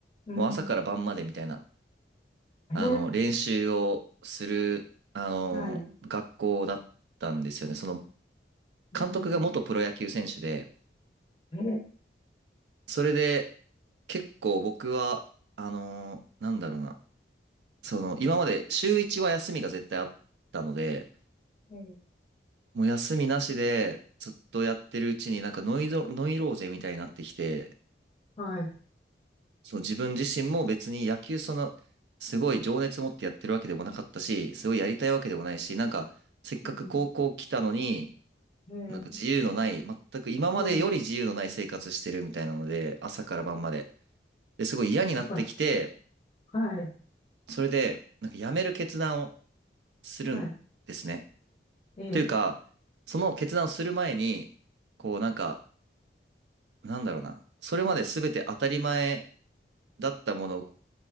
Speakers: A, on the left; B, on the right.
A: うん。
B: もう朝から晩までみたいな、
A: へえ、
B: あの、練習をする、あの、
A: はい。
B: 学校だったんですよね。その、
A: うん、
B: 監督が元プロ野球選手で、
A: へえ、
B: それで、結構僕は、あの、なんだろうな、その、今まで週1は休みが絶対あったので、
A: ええ、
B: もう休みなしで、ずっとやってるうちになんかノイド、ノイローゼみたいになってきて、
A: はい。
B: その自分自身も別に野球その、すごい情熱持ってやってるわけでもなかったし、すごいやりたいわけでもないし、なんか、せっかく高校来たのに、
A: うん、へえ、
B: なんか自由のない、全く今までより自由のない生活してるみたいなので、
A: へえ、
B: 朝から晩まで。で、すごい嫌になってきて、
A: あ、そっか。はい。
B: それで、なんか辞める決断をするんですね。
A: はい。ええ、
B: というか、その決断をする前に、こうなんか、なんだろうな、それまで全て当たり前だったもの